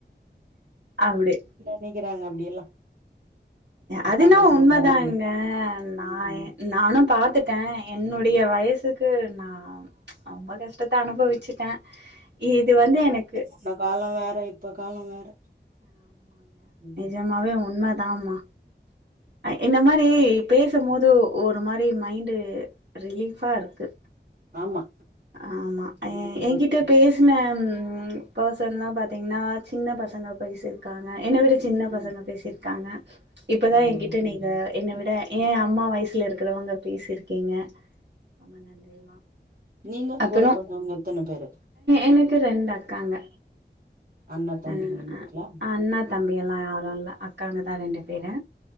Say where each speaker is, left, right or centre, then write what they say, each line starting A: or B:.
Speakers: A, on the right; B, on the right.
A: அப்டி
B: நெனிக்கிறாங்க அப்டியெல்லா அக்கா
A: அது என்னவோ
B: பசங்க
A: உண்மதாங்க நா
B: ம்
A: நானு பாத்துட் டே என்னுடைய வயசுக்கு நா ரொம்ப கஷ்டத்த அனுபவிச்சுட்டே இது வந்து எனக்கு
B: அந்த கால வேற இப்ப கால வேற
A: ஆமாங்க
B: ம்
A: நிஜமாவே உண்ம தாம்மா இந்த மாரி பேசும்போது ஒரு மாரி மைண்டு ரிலீஃபா இருக்கு
B: ஆமா
A: ஆமா
B: ம்
A: என்கிட்ட பேசின பர்சன்லா பாத் திங்னா சின்ன பசங்க பேசிருக்காங்க என்ன விட சின்ன
B: ம்
A: பசங்க பேசிருக்காங்க இப்பதா
B: ம்
A: எங்கிட்ட நீங்க என்ன
B: ம்
A: விட ஏ அம்மா வயசில இருக்கிறவங்க பேசியிருக்கீங்க ரொம்ப நன்றிமா
B: நீங்க
A: அப்புறோ
B: கூட பொறந்தவங்க எத்தன பேரு
A: எனக்கு ரெண்டு அக்காங்க
B: அண்ணா தம்பிங்கங்களா
A: அ அண்ணா தம்பி எல்லா யாரு இல்ல அக்காங்கதா ரெண்டு பேரு